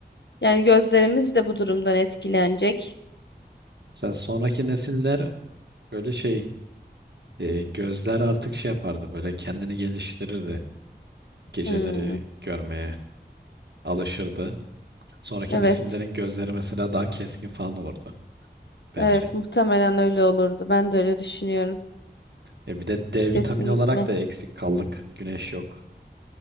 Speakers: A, on the left (about 80°); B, on the right (about 70°).
A: Yani gözlerimiz de bu durumdan etkilenecek.
B: Mesela sonraki nesiller böyle şey E, gözler artık şey yapardı böyle kendini geliştirirdi. Geceleri
A: Hmm,
B: görmeye alışırdı. Sonraki
A: evet
B: nesillerin gözleri mesela daha keskin falan olurdu bence.
A: evet muhtemelen öyle olurdu. Ben de öyle düşünüyorum.
B: E, bir de D vitamini
A: Kesinlikle.
B: olarak da eksik kaldık. Güneş yok.